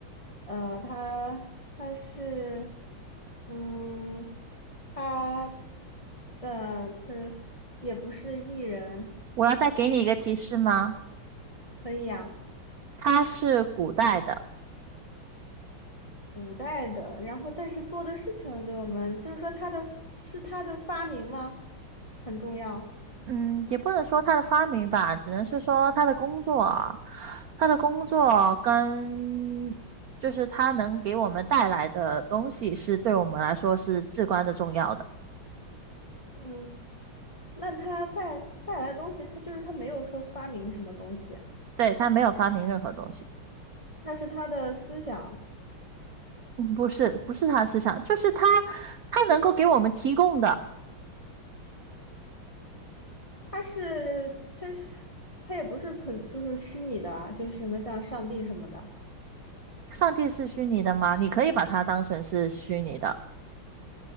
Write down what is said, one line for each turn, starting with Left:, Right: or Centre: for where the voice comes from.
Left: 呃，他他是，嗯，他呃这也不是艺人，
Right: 我要再给你一个提示吗？
Left: 可以呀、
Right: 它是古代的，
Left: 古代的，然后但是做的事情对我们，就是说他的是他的发明吗？很重要。
Right: 嗯，也不能说它的发明吧，只能是说它的工作啊，它的工作跟就是它能给我们带来的东西，是对我们来说是至关的重要的。
Left: 嗯，那他在带来的东西，他就是他没有说发明什么东西，
Right: 对，它没有发明任何东西，
Left: 那是他的思想，
Right: 嗯，不是，不是它思想，就是它，它能够给我们提供的。
Left: 他是他是他也不是存就是虚拟的啊就是什么像上帝什么的，
Right: 上帝是虚拟的吗？你可以把它当成是虚拟的。